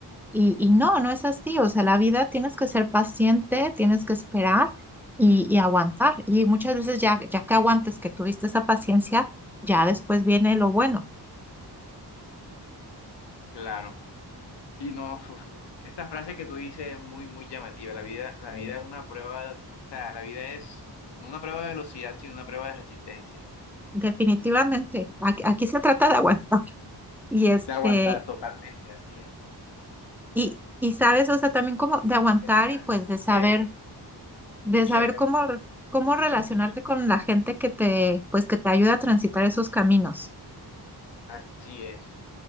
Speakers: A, in the centre; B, on the left.
A: y, y no, no es así. O sea, la vida tienes que ser paciente, tienes que esperar y, y aguantar. Y muchas veces ya, ya que aguantes, que tuviste esa paciencia, ya después viene lo bueno.
B: claro. Y no, uf, esta frase que tú dices es muy, muy llamativa. La vida, la vida Bueno, es Bueno, una prueba, o sea, la vida es no una prueba de velocidad, sino una prueba de resistencia.
A: Definitivamente, aquí aquí se trata de aguantar Y este,
B: de aguantar. Totalmente, así es.
A: y, y sabes, o sea, también como de
B: Muy
A: aguantar
B: interesante,
A: y pues de
B: muy
A: saber,
B: chévere.
A: de
B: Muy chévere.
A: saber cómo, re- cómo relacionarte
B: ¿Cómo?
A: con la gente que te, pues que te ayuda a transitar esos caminos.
B: Así es.